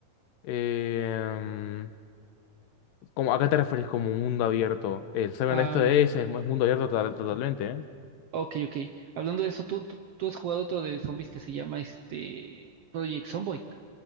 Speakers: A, on the left; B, on the right.
A: Eh, como, ¿a qué te referís como mundo abierto? El Seven
B: Am,
A: Days to Days es mu- mundo abierto total- totalmente, ¿eh?
B: ok, ok. Hablando de eso, ¿tú, tú, tú has jugado otro de zombies que se llama este Project Zomboid.